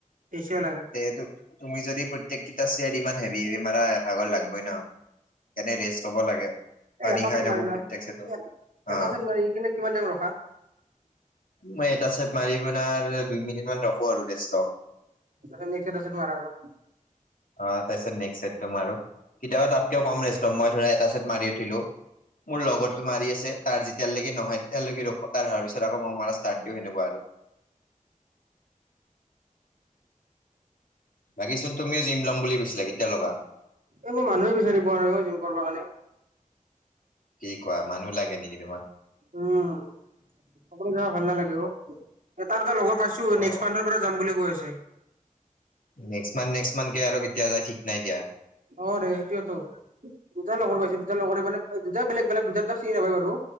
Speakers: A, on the right; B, on the left.
A: সচে লাগে।
B: তে, তুমি যদি প্ৰত্যেকেইটা চিৰ ইমান হেভি হে মাৰা ভাগৰ লাগবই ন। এনে ৰেষ্ট ল'ব লাগে। পানী
A: এ, এটা
B: খাই
A: চেট
B: থাকো
A: মাৰি লয়
B: প্ৰত্যেক চেটত অ'
A: এটা চেট মাৰি কিনে কিমান টাইম ৰখা?
B: মই এটা চাইট মাৰি পনাৰ দুই মিনিট মান ৰখো আৰু ৰেষ্ট
A: ত, মেছে তছত মাৰ আৰু।
B: অ, তাৰপিছত নেক্স চটটো মাৰো কেতিয়াবা তাতকেও কম ৰে মই ধৰা এটা চছেট মাৰি উঠিলো। মোৰ লগৰতটো মাৰি আছে তাৰ যেতিয়ালৈকে নহয় তেতিয়ালৈকে ৰখ তাৰ হোৱাৰ পিছত আকৌ মই মাৰ ষ্টাৰ্ দিওঁ সেনেকুৱা আৰু। বাকী চোন তুমিও জিম লাম বুলি কৈছিলা কেতিয় ল'বা?
A: এই মই মানুহে বিচাৰিব পুৱা নাই অ, জিম কৰিবৰ কাৰণে।
B: কি কোৱা মানুহ লাগে নেকি তোমাৰ?
A: উম, অকলে যাব ভাল নালাগে অ, এ এটা লগৰ পাইছো
B: অ'
A: ন পৰা যাম বুলি কৈ আছে।
B: নেক্সট মন্থ, নেক্সট মন্থ আৰু কেতিয়া যই ঠিক নাই দিয়া।
A: অ, ৰে সেইটোয়েতো দুটা লগৰ পাইছো দুটাৰ লগৰে মানে দুটা বেলেগ, বেলে দুটাৰ, দুটা চিন নাপাই বাৰু